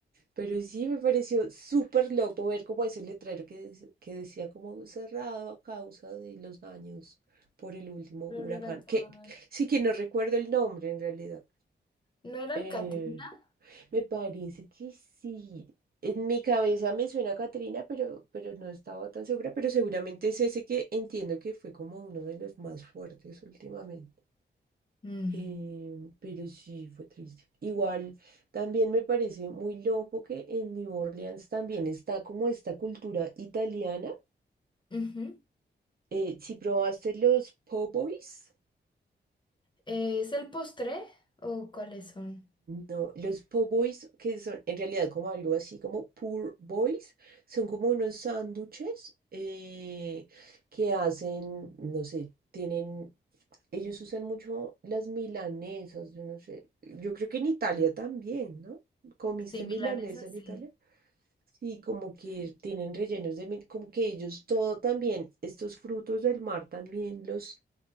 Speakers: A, on the right (about 55°); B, on the left (about 25°).
A: Pero sí me pareció súper loco ver como ese letrero que, dec- que decía como cerrado a causa de los daños por el último
B: Pero
A: huracán,
B: el huracán.
A: que sí que no recuerdo el nombre en realidad.
B: ¿No era
A: Eh,
B: el Katrina?
A: me parece que sí. En mi cabeza me suena a Catrina, pero, pero no estaba tan segura, pero seguramente es ese que entiendo que fue como uno de los más fuertes últimamente.
B: Mm.
A: Eh, pero sí, fue triste. Igual, también me parece muy loco que en New Orleans también está como esta cultura italiana.
B: Ujú.
A: Eh, si probaste los po' boys.
B: Eh, ¿es el postre o cuáles son?
A: No, los po' boys, que son en realidad como algo así como poor boys, son como unos sándwiches eh, que hacen, no sé, tienen, ellos usan mucho las milanesas, yo no sé, yo creo que en Italia también, ¿no? ¿Comiste
B: Sí, milanesas,
A: milanesa en Italia?
B: sí.
A: Sí, como que tienen rellenos de mil, como que ellos todo también, estos frutos del mar también los